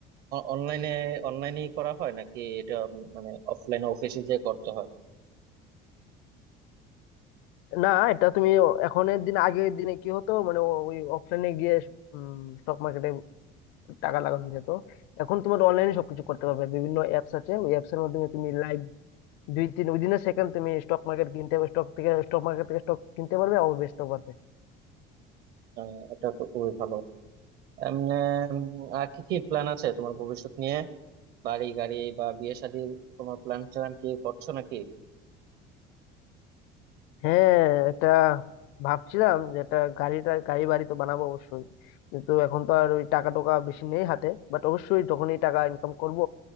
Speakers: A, on the right; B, on the left.
A: অনলাইনে অনলাইনেই করা হয় নাকি এটা উম, মানে অফলাইন অফিসে যে করতে হয়
B: না এটা তুমি এখনের দিন আগের দিনে কি হতো মানে ওই অফলাইনে গিয়ে স্টক মার্কেটে টাকা লাগানো যেত এখন তোমার অনলাইনে সবকিছু করতে পারবে বিভিন্ন অ্যাপস আছে ওই অ্যাপস এর মাধ্যমে তুমি লাইভ দুই তিন উইদিন সেকেন্ড তুমি স্টক মার্কেট কিনতে পারবে স্টক থেকে স্টক মার্কেট থেকে স্টক কিনতে পারবে আবার বেচতেও পারবে
A: আহ, এটা তো খুবই ভালো এম, উম, আহ, আর কি কি প্ল্যান আছে তোমার ভবিষ্যৎ নিয়ে বাড়ি গাড়ি বা বিয়ে শাদীর তোমার প্ল্যান ট্যান কি করছো নাকি
B: হ্যাঁ এটা ভাবছিলাম যে এটা গাড়িটা গাড়ি বাড়ি তো বানাবো অবশ্যই কিন্তু এখন তো আর ওই টাকা টোকা বেশি নেই হাতে বাট অবশ্যই যখনই টাকা ইনকাম করব